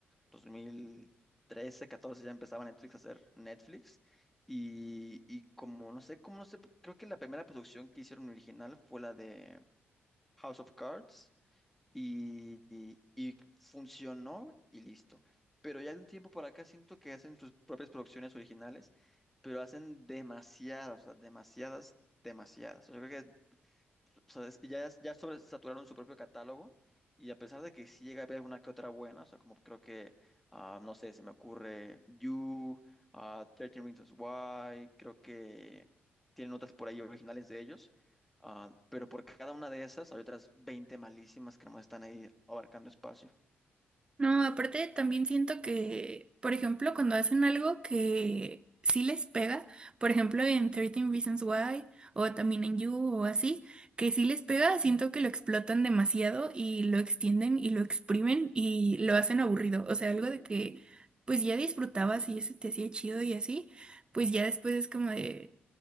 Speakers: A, in the centre; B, on the right.
A: dos mil trece, catorce ya empezaba Netflix a hacer Netflix. Y, y como no sé, como no sé, creo que la primera producción que hicieron original fue la de House of Cards y, y- y funcionó y listo. Pero ya de un tiempo para acá siento que hacen sus propias producciones originales, pero hacen demasiadas, o sea, demasiadas, demasiadas. O sea, creo que o sea, es- ya, ya sobresaturaron su propio catálogo y a pesar de que sí llega a haber una que otra buena, o sea, como creo que, ah, no sé, se me ocurre You, ah, 13 Reasons Why, creo que tienen otras por ahí originales de ellos, ah, pero por cada una de esas hay otras 20 malísimas que no están ahí abarcando espacio.
B: No, aparte también siento que, por ejemplo, cuando hacen algo que sí les pega, por ejemplo en 13 Reasons Why o también en You o así, que sí les pega, siento que lo explotan demasiado y lo extienden y lo exprimen y lo hacen aburrido. O sea, algo de que pues ya disfrutabas y eso te hacía chido y así, pues ya después es como de,